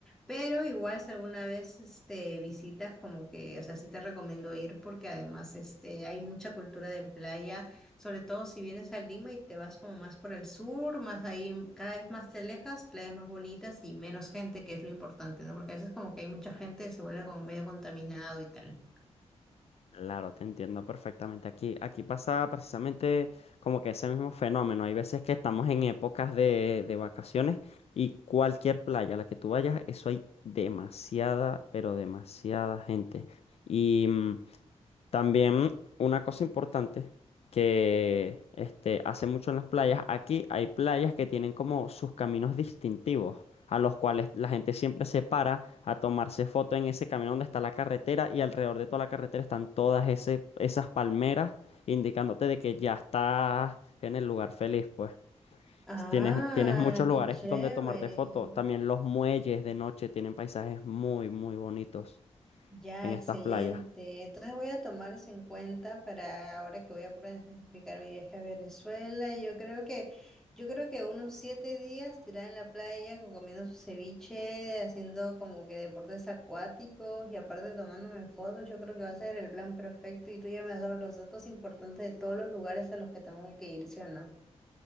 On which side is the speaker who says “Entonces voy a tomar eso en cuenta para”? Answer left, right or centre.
Centre